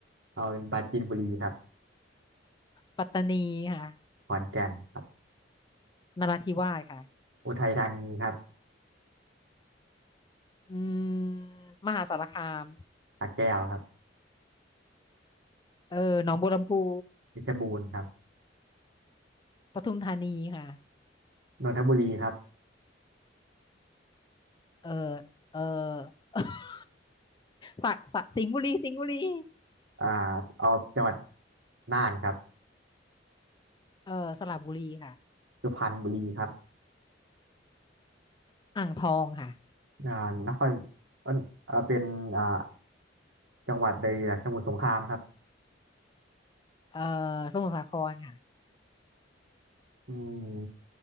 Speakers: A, on the right (about 80°); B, on the left (about 25°).
A: เอาเป็นปราจีนบุรีครับ
B: ปัตตานีค่ะ
A: ขอนแก่นครับ
B: นราธิวาสค่ะ
A: อุทัยธานีครับ
B: อืมมหาสารคาม
A: สระแก้วครับ
B: เออหนองบัวลำพู
A: เพชรบูรณ์ครับ
B: ปทุมธานีค่ะ
A: นนทบุรีครับ
B: เออเออ <laughs> สระสระสิงห์บุรีสิงห์บุรี
A: อ่าเอาจังหวัดน่านครับ
B: เออสระบุรีค่ะ
A: สุพรรณบุรีครับ
B: อ่างทองค่ะ
A: อ่านครเอ่อเอ่อเป็นอ่าจังหวัดใดล่ะสมุทรสงครามครับ
B: เออสมุทรสาครค่ะ
A: อืม